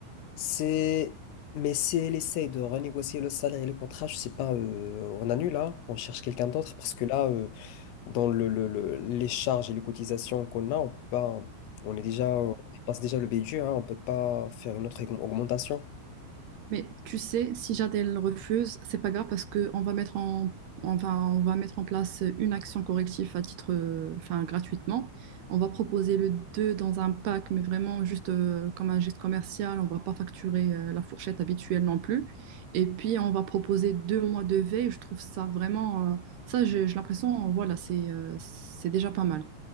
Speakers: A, on the left; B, on the right.
A: C'est... Mais si elle essaye de renégocier le salaire et le contrat, je sais pas, euh, on annule là, on cherche quelqu'un d'autre parce que là, euh, dans le, le- le- les charges et les cotisations qu'on a, on peut pas, on est déjà, on dépasse déjà le budget, hein, on peut pas faire une autre augmentation.
B: Mais tu sais, si Jadel refuse, c'est pas grave parce que on va mettre en, enfin, on va mettre en place une action corrective à titre, euh, enfin, gratuitement. On va proposer le 2 dans un pack, mais vraiment juste euh, comme un geste commercial. On va pas facturer euh, la fourchette habituelle non plus. Et puis, on va proposer deux mois de veille. Je trouve ça vraiment, euh, ça, j'ai j'ai l'impression, voilà, c'est euh, c'est déjà pas mal.